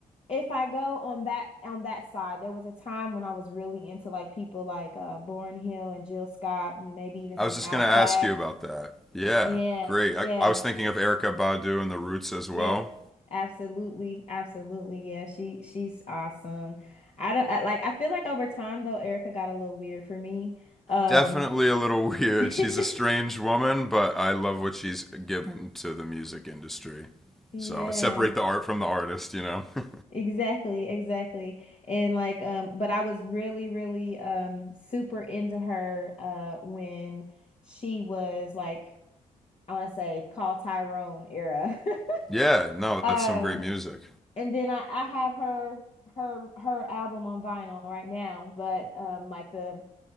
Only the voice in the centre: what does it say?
I was just
gonna ask you about that. Yeah,
great.
I, I was thinking of Erica Badu and the Roots as
well.
definitely a little <laughs> weird.
She's a strange woman, but I love what she's given to the music industry.
So I separate the art from the artist, you know?
<laughs> yeah, no,
that's some great music.